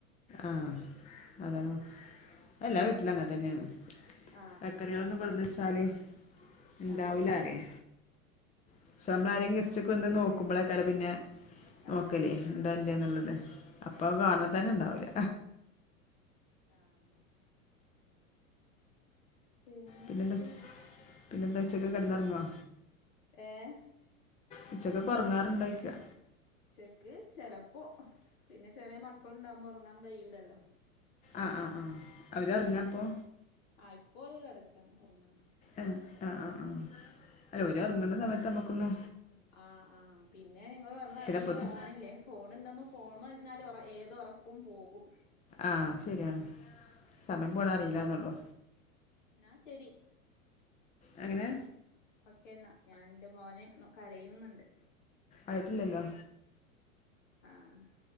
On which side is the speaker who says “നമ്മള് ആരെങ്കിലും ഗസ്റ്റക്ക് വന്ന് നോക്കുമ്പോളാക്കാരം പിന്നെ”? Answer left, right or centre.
Left